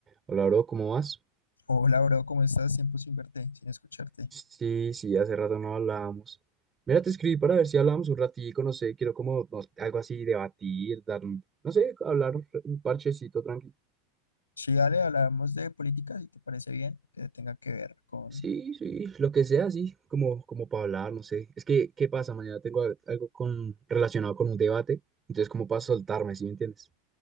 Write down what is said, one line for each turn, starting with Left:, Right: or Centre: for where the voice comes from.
Right: Hola, bro, ¿cómo vas?
Left: Hola, bro, ¿cómo estás? Tiempo sin verte, sin escucharte.
Right: Sí, sí, hace rato no hablábamos. Mira, te escribí para ver si hablábamos un ratico, no sé, quiero como no- algo así, debatir, dar, un- no sé, hablar un, un parchecito tranquilo.
Left: Sí, dale, hablamos de política, si te parece bien, que tenga que ver con...
Right: Sí, sí, lo que sea, sí, como, como para hablar, no sé. Es que, ¿qué pasa? Mañana tengo al- algo con, relacionado con un debate, entonces como para soltarme, ¿sí me entiendes?